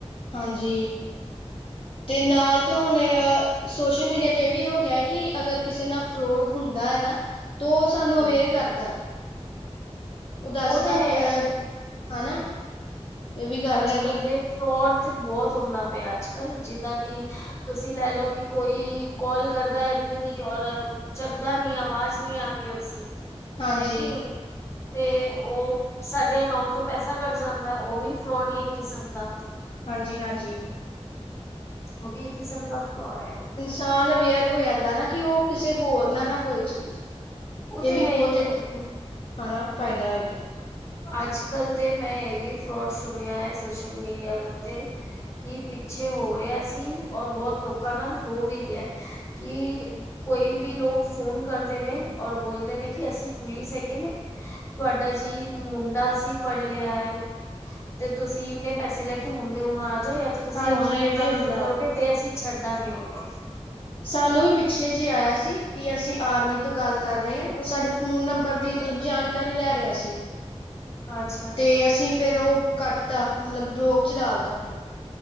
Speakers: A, on the left (about 55°); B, on the left (about 25°).
A: ਹਾਂਜੀ, ਤੇ ਨਾਲ ਤੇ ਹੁਣ, ਅ ਸੋਸ਼ਲ-ਮੀਡੀਆ ਤੇ ਇਹ ਵੀ ਹੋਗਿਆ ਕਿ, ਅਗਰ ਕਿਸੇ ਨਾਲ ਫਰੋਡ ਹੁੰਦਾ ਹੈ ਨਾ, ਤੋ ਤੁਹਾਨੂੰ
B: ਹਾਂਜੀ
A: ਅਵੇਅਰ ਕਰਦਾ ਐ। ਉਹ ਦੱਸਦਾ
B: ਤਾਂ ਹੈ
A: ਪਿਆ, ਅ, ਹਨਾ। ਇਹ ਵੀ ਗੱਲ
B: ਅੱਜ-ਕਲ
A: ਹੈਗੀ
B: ਤੇ ਫਰੌਡ ਤੇ ਬਹੁਤ ਹੁੰਦਾ ਪਿਆ, ਅੱਜ-ਕਲ ਜਿੱਦਾਂ ਕਿ ਤੁਸੀਂ ਲੈਲੋ ਕਿ ਕੋਈ, ਕੌਲ ਕਰਦਾ ਏ, ਅੱਗਿਓ ਦੀ ਔਰ ਚੱਕਦਾ ਨੀ ਆਵਾਜ਼ ਨੀ ਆਉਂਦੀ ਉਸ ਦੀ
A: ਹਾਂਜੀ,
B: ਹੈ ਕੀ ਨਹੀਂ ਤੇ ਉਹ ਸਾਡੇ ਅਕਾਊਟ ਤੋਂ ਪੈਸਾ ਕੱਟ ਜਾਂਦਾ। ਉਹ ਵੀ ਫਰੋਡ ਹੀ ਇੱਕ ਕਿਸਮ ਦਾ।
A: ਹਾਂਜੀ ਹਾਂਜੀ।
B: ਉਹ ਵੀ ਇੱਕ ਕਿਸਮ ਦਾ ਫਰੋਡ ਹੈ।
A: ਤਾਂ ਅਵੇਅਰ ਹੋ ਜਾਂਦਾ ਨਾ ਕਿ ਉਹ ਕਿਸੇ ਹੋਰ ਨਾ ਹੋਏ ਚੀਜ਼।
B: ਉਹ
A: ਇਹ
B: ਤੇ
A: ਵੀ
B: ਹੈ
A: ਬਹੁਤ
B: ਹੀ ਹੈ
A: ਇੱਕ ਹਨਾ ਫਾਇਦਾ ਇੱਕ।
B: ਅੱਜ ਕੱਲ ਤੇ ਮੈਂ ਇਹ ਵੀ ਫਰੋਡ ਸੁਣਿਆ ਹੈ ਸੋਸ਼ਲ ਮੀਡੀਆ ਉੱਤੇ। ਕੀ ਪਿੱਛੇ ਹੋ ਰਿਹਾ ਸੀ ਔਰ ਬਹੁਤ ਲੋਕਾਂ ਨਾਲ ਹੋ ਵੀ ਗਿਆ ਕਿ ਕੋਈ ਵੀ ਲੋਕ ਫੋਨ ਕਰਦੇ ਨੇ ਔਰ ਬੋਲਦੇ ਨੇ ਕਿ ਅਸੀਂ ਪੁਲਿਸ ਹੈਗੇ ਨੇ। ਤੁਹਾਡਾ ਜੀ। ਮੁੰਡਾ ਅਸੀਂ ਫੜ ਲਿਆ ਹੈ ਤੇ ਤੁਸੀਂ ਇੰਨੇ ਪੈਸੇ ਲੈ ਕੇ ਹੁਣ ਹੁਣ ਆ ਜਾਓ। ਤੁਸੀਂ
A: ਹਾਂਜੀ
B: ਔਨਲਾਈਨ
A: ਇਹ ਵੀ
B: ਟਰਾਂਸਫਰ
A: ਹੁੰਦਾ
B: ਕਰੋਗੇ
A: ਹੈ।
B: ਤੇ ਅਸੀਂ ਛੱਡਾਂਗੇ ਉਹਨਾਂ ਨੂੰ।
A: ਸਾਨੂੰ ਵੀ ਪਿੱਛੇ ਜਿਹੇ ਆਇਆ ਸੀ ਕਿ ਅਸੀਂ ਆਰਮੀ ਤੋਂ ਗੱਲ ਕਰ ਰਹੇ ਹਾਂ ਉਹ ਸਾਡੇ। ਫੋਨ ਨੰਬਰ ਦੀ ਮਤਲਬ ਜਾਣਕਾਰੀ ਲੈ ਰਿਹਾ ਸੀ।
B: ਨੂੰ ਅੱਛਾ ਅੱਛਾ
A: ਤੇ ਅਸੀਂ ਫਿਰ ਉਹ ਕੱਟ ਤਾਂ ਮਤਲਬ ਬਲੋਕ ਚ ਡਾਲਤਾ ਫਿਰ